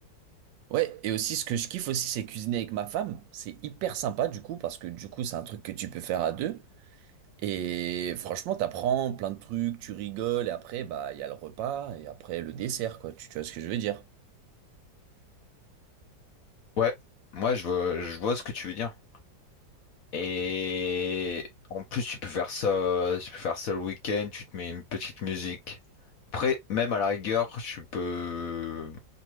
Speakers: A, on the right; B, on the left.
A: Ouais, et aussi ce que je kiffe aussi, c'est cuisiner avec ma femme. C'est hyper sympa du coup, parce que du coup, c'est un truc que tu peux faire à deux. Et franchement, t'apprends plein de trucs, tu rigoles, et après, bah, il y a le repas, et après, le dessert, quoi. Tu, tu vois ce que je veux dire?
B: Ouais, moi, je vois, je vois ce que tu veux dire. Et en plus, tu peux faire ça, euh, tu peux faire ça le week-end, tu te mets une petite musique. Après, même à la rigueur, tu peux,